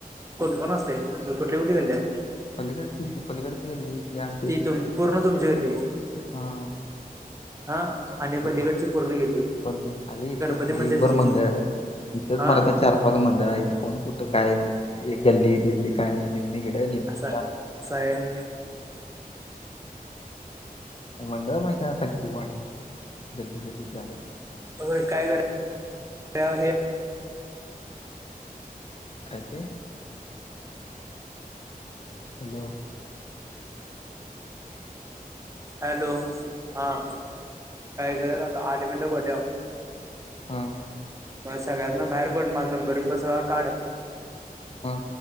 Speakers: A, on the right (about 20°); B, on the left (about 40°).
A: कोणकोण असतंय. कुठली कुठली गल्ली ये.
B: पलीकडची गल्ली पलीकडं गल्ली इथली आमच्या
A: ती
B: इथली
A: तुम पूर्ण तुमची गल्ली
B: हा.
A: हा आणि पलीकडची
B: हो‌
A: पूर्ण गल्ली
B: अरे इथंच
A: गणपती
B: दिगभर
A: मंदिरची
B: मंदिर हाय. इथंच
A: हा
B: मला चार. मंडळ आहेत. कोण कुठ काय गल्ली दिल्ली काय नाही निम्मी हिकड निम्मी
A: असा
B: तिकडं असं असतं.
A: असं आहे होय.
B: मंडळ माहिते आता किती वाढल्यात गल्ली गल्ली झाल्यात.
A: होय काय करा हे.
B: काय ते, हॅलो.
A: हॅलो हा काय कर आता आठ मिनटं म्हटल्यावर.
B: हा.
A: मला सगळ्यातन बाहेर पड माझा नंबर सगळां काढ.
B: हा.